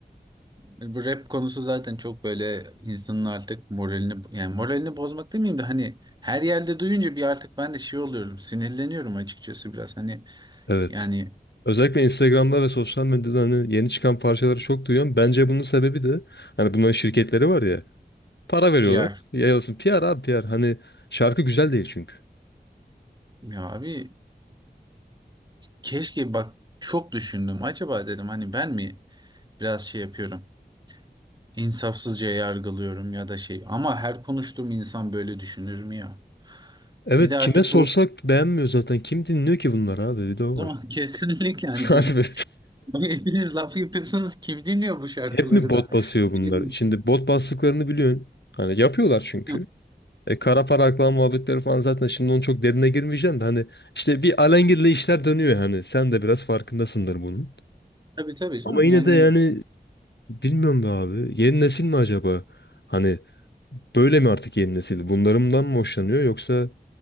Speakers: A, on the right; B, on the left.
A: bu rap konusu zaten çok böyle insanın artık moralini yani moralini bozmak demeyeyim de hani her yerde duyunca bir artık ben de şey oluyorum sinirleniyorum açıkçası biraz. Hani
B: Evet.
A: yani
B: Özellikle Instagram'da ve sosyal medyada hani yeni çıkan parçaları çok duyuyorum. Bence bunun sebebi de hani bunların şirketleri var ya. Para veriyorlar.
A: PR
B: Yayılsın. PR abi PR. Hani şarkı güzel değil çünkü.
A: Ya abi keşke bak çok düşündüm. Acaba dedim hani ben mi biraz şey yapıyorum? İnsafsızca yargılıyorum ya da şey. Ama her konuştuğum insan böyle düşünür mü ya?
B: Evet
A: Bir de
B: kime
A: artık
B: sorsak
A: bu
B: beğenmiyor zaten. Kim dinliyor ki bunları abi? Bir de o
A: o
B: var.
A: zaman <laughs> kesinlikle hani
B: Harbi.
A: böyle hani hepiniz laf yapıyorsunuz kim dinliyor
B: <laughs>
A: bu şarkıları
B: Hep mi bot
A: da?
B: basıyor bunlar?
A: <laughs>
B: Şimdi bot bastıklarını biliyorsun. Hani yapıyorlar çünkü.
A: Hı,
B: E, kara para aklama muhabbetleri falan zaten şimdi onun çok derine girmeyeceğim de hani işte bir alengirli işler dönüyor yani. Sen de biraz farkındasındır bunun.
A: Tabii tabii canım
B: Ama yine
A: yani
B: de yani bilmiyorum be abi. Yeni nesil mi acaba? Hani böyle mi artık yeni nesil? Bunlarından mı hoşlanıyor yoksa